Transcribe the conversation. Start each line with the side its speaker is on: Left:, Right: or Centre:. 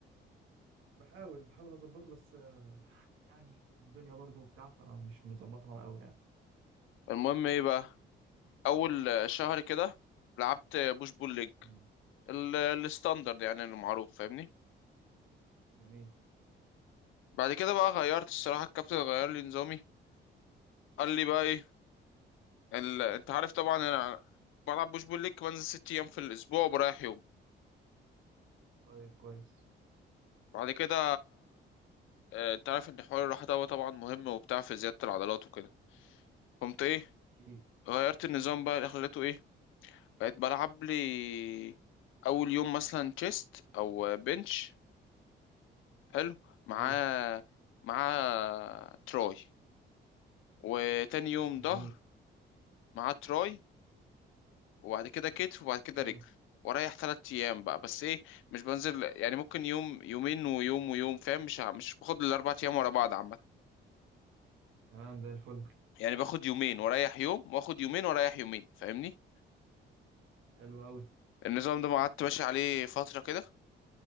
Right: بحاول بحاول اظبطه بس آه، يعني الدنيا برضه وبتاع فمش مظبطها قوي يعني
Left: المهم ايه بقى اول آه، شهر كده لعبت بوش بول ليج
Right: مم.
Left: ال- الستاندرد يعني المعروف فاهمني
Right: جميل
Left: بعد كده بقى غيرت الصراحة الكابتن غير لي نظامي قال لي بقى ايه ال... انت عارف طبعا انا بلعب بوش بول ليج بنزل ست ايام في الاسبوع وبريح يوم
Right: طيب كويس
Left: بعد كده آه، انت عارف ان حوار الراحة ده هو طبعا مهم وبتاع في زيادة العضلات وكده قمت ايه
Right: اكيد
Left: غيرت النظام بقى اللي خليته ايه بقيت بلعب لي اول يوم مثلا تشيست او بنش حلو مع
Right: حلو
Left: مع تراي وتاني يوم
Right: جميل
Left: ظهر مع تراي وبعد كده كتف وبعد كده
Right: حلو
Left: رجل واريح تلات ايام بقى بس ايه مش بنزل يعني ممكن يوم يومين ويوم ويوم فاهم مش ع- مش باخد الاربع ايام ورا بعض عامه
Right: تمام زي الفل
Left: يعني باخد يومين واريح يوم واخد يومين واريح يومين فاهمني
Right: حلو قوي
Left: النظام ده ما قعدت ماشي عليه فتره كده